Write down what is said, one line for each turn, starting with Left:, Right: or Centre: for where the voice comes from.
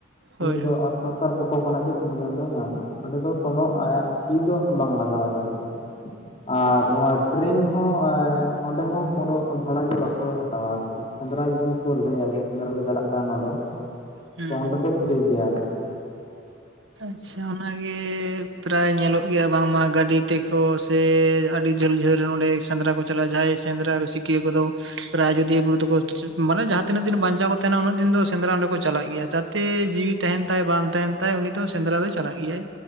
Right: ᱦᱳᱭ
Left: ᱩᱱᱤ
Right: ᱦᱳᱭ
Left: ᱫᱚ ᱟ ᱥᱚᱨᱠᱟᱨ ᱯᱚᱠᱠᱷᱚ ᱠᱷᱚᱱᱟᱜ ᱜᱮ ᱴᱤᱴᱢᱮᱱᱴ ᱫᱚᱭ ᱧᱟᱢᱟ, ᱚᱸᱰᱮ ᱫᱚ ᱠᱳᱱᱳ ᱟᱭᱟᱜ ᱯᱷᱤ ᱫᱚ ᱵᱟᱝ ᱞᱟᱜᱟᱣᱟᱭᱟ ᱟᱨᱠᱤ, ᱟᱨ ᱱᱚᱣᱟ ᱴᱨᱮᱱ ᱦᱚᱸ ᱮ ᱚᱸᱰᱮ ᱦᱚᱸ ᱠᱳᱱᱳ ᱵᱷᱟᱲᱟ ᱜᱮ ᱵᱟᱠᱚ ᱦᱟᱛᱟᱣᱟ ᱟᱨᱠᱤ, ᱥᱮᱸᱫᱽᱨᱟ ᱡᱩᱫᱤ ᱠᱚ ᱞᱟᱹᱭᱟ ᱡᱮ ᱥᱮᱸᱫᱽᱨᱟ ᱞᱮ ᱪᱟᱞᱟᱜ ᱠᱟᱱ ᱱᱚᱸᱰᱮ
Right: ᱦᱩᱸ
Left: ᱛᱚ ᱚᱸᱰᱮ
Right: ᱦᱩᱸ
Left: ᱫᱚ ᱯᱷᱤᱨᱤ ᱜᱮᱭᱟ ᱟᱨᱠᱤ,
Right: ᱟᱪᱪᱷᱟ ᱚᱱᱟᱜᱮ ᱯᱨᱟᱭ ᱧᱮᱞᱚᱜ ᱜᱮᱭᱟ ᱵᱟᱝᱢᱟ ᱜᱟᱹᱰᱤ ᱛᱮᱠᱚ ᱥᱮ ᱟᱹᱰᱤ ᱡᱷᱟᱹᱞ ᱡᱷᱟᱹᱞ ᱨᱮᱱ ᱱᱚᱸᱰᱮ ᱥᱮᱸᱫᱽᱨᱟ ᱠᱚ ᱪᱟᱞᱟᱜᱼᱟ, ᱡᱟᱦᱟᱸᱭ ᱥᱮᱸᱫᱽᱨᱟ ᱨᱩᱥᱤᱠᱤᱭᱟᱹ ᱠᱚᱫᱚ ᱯᱨᱟᱭ ᱟᱡᱳᱫᱤᱭᱟᱹ ᱵᱩᱨᱩ ᱫᱚᱠᱚ ᱢᱟᱱᱮ ᱡᱟᱦᱟᱸ ᱛᱤᱱᱟᱹᱜ ᱫᱤᱱ ᱵᱟᱧᱪᱟᱣ ᱠᱚ ᱛᱟᱦᱮᱱᱟ ᱩᱱᱟᱹᱜ ᱫᱤᱱ ᱫᱚ ᱥᱮᱸᱫᱽᱨᱟ ᱚᱸᱰᱮ ᱠᱚ ᱪᱟᱞᱟᱜ ᱜᱮᱭᱟ, ᱡᱟᱛᱮ ᱡᱤᱣᱤ ᱛᱟᱦᱮᱱ ᱛᱟᱭ ᱵᱟᱝ ᱛᱟᱦᱮᱱ ᱛᱟᱭ ᱩᱱᱤ ᱫᱚ ᱥᱮᱸᱫᱽᱨᱟ ᱫᱚᱭ ᱪᱟᱞᱟᱜ ᱜᱮᱭᱟᱭ,